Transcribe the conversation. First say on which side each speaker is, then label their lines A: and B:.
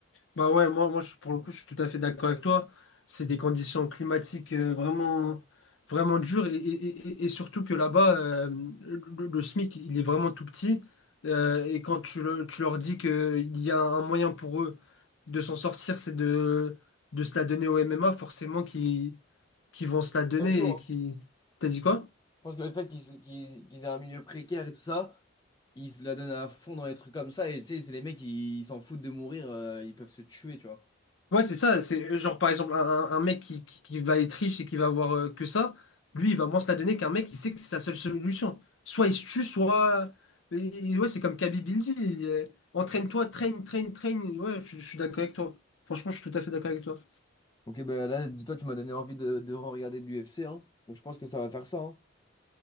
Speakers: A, on the left; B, on the left.
A: Bah ouais, moi, moi je- pour le coup, je suis tout à fait d'accord avec toi. C'est des conditions climatiques euh, vraiment, vraiment dures et, et- et- et surtout que là-bas, euh, le, le SMIC, il est vraiment tout petit. Euh, et quand tu, le- tu leur dis qu'il y a un moyen pour eux de s'en sortir, c'est de, de se la donner au MMA, forcément qu'ils qu'ils vont se la donner
B: Ça joue,
A: et
B: hein.
A: qui... T'as dit quoi?
B: Je pense que le fait qu'ils se- qu'ils- qu'ils aient un milieu précaire et tout ça, ils se la donnent à fond dans les trucs comme ça. Et tu sais, c'est les mecs, ils ils s'en foutent de mourir, euh, ils peuvent se tuer, tu vois.
A: Ouais, c'est ça. C'est euh, genre, par exemple, un, un- un mec qui, qui- qui va être riche et qui va avoir euh, que ça, lui, il va moins se la donner qu'un mec qui sait que c'est sa seule solution. Soit il se tue, soit. et- ouais, c'est comme Kaby Bildy. il, euh, Entraîne-toi, train, train, train. Ouais, je, je suis d'accord avec toi. Franchement, je suis tout à fait d'accord avec toi.
B: Ok, bah là, dis-toi, tu m'as donné envie de, de regarder de l'UFC, hein. Donc je pense que ça va faire ça, hein.